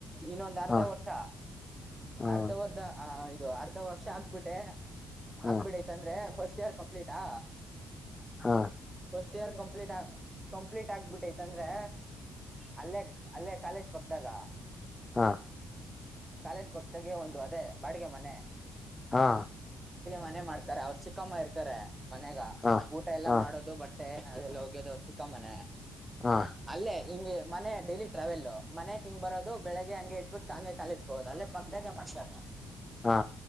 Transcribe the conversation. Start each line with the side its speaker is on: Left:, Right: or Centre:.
Right: ಇನ್ನೊಂದ್ ಅರ್ಧ
Left: ಹಾ
Right: ವರ್ಷ
Left: ಹಾ
Right: ಅರ್ಧ ವರ್ ಅ ಇದು ಅರ್ಧ ವರ್ಷ ಆಗ್ಬಿಟ್ಟೆ
Left: ಹಾ
Right: ಆಗ್ಬಿಡೈತ್ ಅಂದ್ರೆ ಫಸ್ಟ್ ಇಯರ್ ಕಂಪ್ಲೀಟಾ
Left: ಹಾ
Right: ಫಸ್ಟ್ ಇಯರ್ ಕಂಪ್ಲೀಟ್ ಕಂಪ್ಲೀಟ್ ಆಗ್ಬಿಟ್ಟೈತ್ ಅಂದ್ರೆ ಅಲ್ಲೇ ಅಲ್ಲೇ ಕಾಲೇಜ್ ಪಕ್ದಾಗ
Left: ಹಾ
Right: ಕಾಲೇಶ್ ಪಕ್ತಗೆ ಒಂದು ಅದೇ ಬಾಡಿಗೆ ಮನೆ
Left: ಹಾ
Right: ಮನೆ ಮಾಡ್ತಾರೆ ಅವ್ರು ಚಿಕ್ಕಮ್ಮ ಇರ್ತಾರೆ ಮನೆಗ
Left: ಹಾ
Right: ಊಟ ಎಲ್ಲಾ
Left: ಹಾ
Right: ಮಾಡೋದು ಬಟ್. ಅಲ್ಲ ಹೋಗ್ಯದವರು ಚಿಕ್ಕಮ್ಮನೆ
Left: ಹಾ
Right: ಅಲ್ಲೇ ಹಿಂಗೆ ಮನೆ ಡೈಲಿ ಟ್ರಾವೆಲ್ ಮನೆಕ್ ಹಿಂಗ್ ಬರೋದು ಬೆಳಗ್ಗೆ ಹಂಗೆ ಎದ್ಬಿಟ್ಟು ಹಂಗೆ ಕಾಲೇಜ್ ಹೋಗೋದು ಅಲ್ಲೇ ಪಕ್ಕದಾಗ ಮಾಡ್ತಾರೆ.
Left: ಹಾ